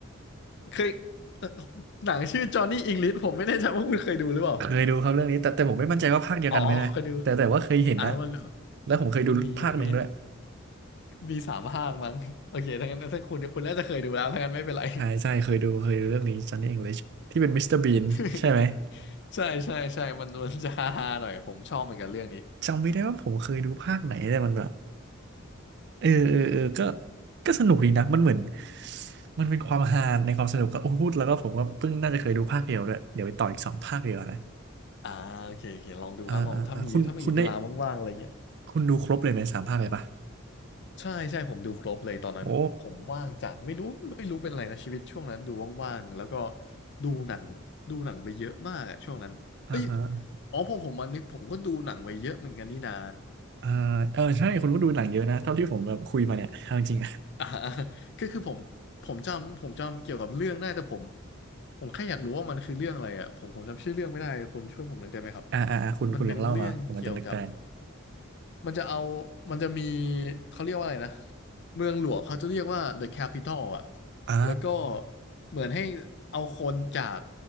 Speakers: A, on the left; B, on the right.
A: เคยเอ่อหนังชื่อจอห์นนี่อิงลิชผมไม่แน่ใจว่าคุณเคยดูหรือเปล่า
B: เคยดูครับเรื่องนี้แต่แต่ผมไม่มั่นใจว่าภาคเดียวกันไหมนะแต่แต่ว่าเคยเห็นนะ
A: อ๋อเคยดูอ่ามัน
B: แล้วผมเคยดูภาคหนึ่งด้วย
A: มันมีมันมีมีสามภาคมั้งโอเคถ้างั้นถ้าคุณคุณน่าจะเคยดูแล้วถ้างั้นไม่เป็นไร
B: ใช่ใช่เคยดูเคยดูเรื่องนี้ Johnny English ที่เป็นมิสเตอร์บีนใช่ไหม
A: <laughs> ใช่ใช่ใช่มันมันจะฮาๆหน่อยผมชอบเหมือนกันเรื่องนี้
B: จำไม่ได้ว่าผมเคยดูภาคไหนแต่มันแบบเออเออเออก็ก็สนุกดีนะมันเหมือนมันเป็นความฮาในความสนุกก็โอ้พูดแล้วก็ผมก็เพิ่งน่าจะเคยดูภาคเดียวด้วยเดี๋ยวไปต่ออีกสองภาคเดียวานะ
A: อ่าโอเคโอเคลองดูครับลองถ้ามีถ้ามีเวลาว่างๆอะไรเงี้ย
B: อ่าอ่าอ่าคุณคุณได้คุณดูครบเลยไหมสามภาคเลยปะ
A: ใช่ใช่ผมดูครบเลยตอนนั้นผมว่างจัดไม่รู้ไม่รู้เป็นอะไรนะชีวิตช่วงนั้นดูว่างๆแล้วก็
B: โอ้
A: ดูหนังดูหนังไปเยอะมากอะช่วงนั้นเอ้ย
B: อ่าฮะ
A: อ๋อพอผมมานึกผมก็ดูหนังไปเยอะเหมือนกันนี่นา
B: เออเออใช่คุณก็ดูหนังเยอะนะเท่าที่ผมแบบคุยมาเนี่ยเอาจริงๆ <laughs> อิะ
A: อ่า <laughs> ก็คือผมผมจำผมจำเกี่ยวกับเรื่องได้แต่ผมผมแค่อยากรู้ว่ามันคือเรื่องอะไรอ่ะผมผมจำชื่อเรื่องไม่ได้คุณช่วยผมหน่อยได้ไหมครับ
B: <laughs> อ่าอ่าอ่าคุณคุณลองเล่ามาผมมันจะนึกได้
A: มันเป็นเรื่องเกี่ยวกับมันจะเอามันจะมีเขาเรียกว่าอะไรนะเมืองหลวงเขาจะเรียกว่า the capital อ่ะ
B: อ่า
A: แล้วก็เหมือนให้เอาคนจาก